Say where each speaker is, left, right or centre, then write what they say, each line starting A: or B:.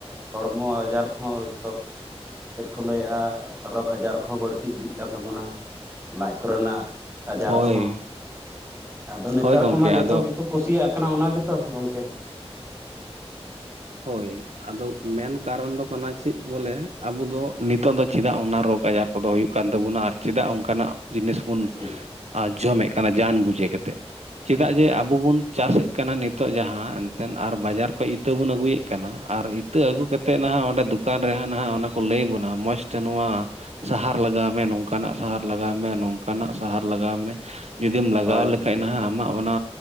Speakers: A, on the right; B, on the right.
A: ᱦᱚᱲᱢᱚ ᱟᱡᱟᱨ ᱠᱚᱦᱚᱸ ᱥᱚᱠᱷ ᱪᱮᱫ ᱠᱚ ᱞᱟᱹᱭᱟ ᱨᱳᱜᱽ ᱟᱡᱟᱨ ᱠᱚᱦᱚᱸ ᱵᱟᱹᱲᱛᱤ ᱤᱫᱤᱜ ᱠᱟᱱ ᱛᱟᱵᱚᱱᱟ ᱞᱟᱡ ᱠᱚᱨᱮᱱᱟᱜ ᱟᱡᱟᱨ
B: ᱦᱳᱭ
A: ᱠᱚᱦᱚᱸ <inaudible> ᱟᱫᱚ ᱱᱮᱛᱟᱨ
B: ᱦᱳᱭ ᱜᱚᱝᱠᱮ
A: ᱠᱚᱢᱟ
B: ᱟᱫᱚ
A: ᱡᱚᱛᱚ ᱜᱮᱠᱚ ᱠᱩᱥᱤᱭᱟᱜ ᱠᱟᱱᱟ ᱚᱱᱟ ᱜᱮᱛᱚ ᱜᱚᱢᱠᱮ᱾
B: ᱦᱳᱭ ᱟᱫᱚ ᱢᱮᱱ ᱠᱟᱨᱚᱱ ᱫᱚ ᱠᱟᱱᱟ ᱪᱮᱫ ᱵᱚᱞᱮ ᱟᱵᱚ ᱫᱚ ᱱᱤᱛᱚᱜ ᱫᱚ ᱪᱮᱫᱟᱜ ᱚᱱᱟ ᱨᱳᱜᱽ ᱟᱡᱟᱨ ᱠᱚᱫᱚ ᱦᱩᱭᱩᱜ ᱠᱟᱱ ᱛᱟᱵᱚᱱᱟ ᱟᱨ ᱪᱮᱫᱟᱜ ᱚᱱᱠᱟᱱᱟᱜ ᱡᱤᱱᱤᱥ ᱵᱚᱱ
A: ᱦᱮᱸ
B: ᱡᱚᱢᱮᱫ ᱠᱟᱱᱟ ᱡᱟᱱ ᱵᱩᱡᱷᱟᱹ ᱠᱟᱛᱮᱜ ᱪᱮᱫᱟᱜ ᱡᱮ ᱟᱵᱚ ᱵᱚᱱ- ᱪᱟᱥᱮᱫ ᱠᱟᱱᱟ ᱱᱤᱛᱚᱜ ᱡᱟᱦᱟᱸ ᱮᱱᱛᱮᱱ ᱟᱨ ᱵᱟᱡᱟᱨ ᱠᱷᱚᱱ ᱤᱛᱟᱹ ᱵᱚᱱ ᱟᱹᱜᱩ ᱟᱹᱜᱩᱭᱮᱫ ᱠᱟᱱᱟ ᱟᱨ ᱤᱛᱟᱹ ᱟᱹᱜᱩ ᱠᱟᱛᱮᱫ ᱱᱟᱦᱟᱜ ᱚᱸᱰᱮ ᱫᱚᱠᱟᱱ ᱨᱮᱦᱚᱸ ᱱᱟᱦᱟᱜ ᱚᱱᱟ ᱠᱚ ᱞᱟᱹᱭ ᱵᱚᱱᱟ ᱢᱚᱸᱡᱽ ᱛᱮ ᱱᱚᱣᱟ ᱥᱟᱦᱟᱨ ᱞᱟᱜᱟᱣ ᱢᱮ ᱱᱚᱝᱠᱟᱱᱟᱜ ᱥᱟᱦᱟᱨ ᱞᱟᱜᱟᱣ ᱢᱮ ᱱᱚᱝᱠᱟᱱᱟᱜ ᱥᱟᱦᱟᱨ ᱞᱟᱜᱟᱣ ᱢᱮ᱾ ᱡᱩᱫᱤᱢ ᱞᱟᱜᱟᱣ
A: ᱦᱳᱭ ᱦᱳᱭ
B: ᱞᱮᱠᱷᱟᱡ
A: ᱦᱳᱭ ᱜᱚᱢᱠᱮ
B: ᱱᱟᱦᱟᱜ ᱟᱢᱟᱜ ᱚᱱᱟ